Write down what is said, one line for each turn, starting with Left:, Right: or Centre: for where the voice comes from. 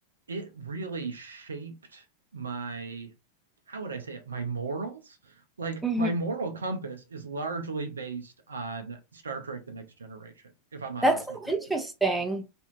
Right: it really shaped my how would i say it my morals like
Centre: hmm
Right: my moral compass is largely based on Star Trek: The Next Generation, if I'm honest
Centre: That's so
Right: with myself.
Centre: interesting.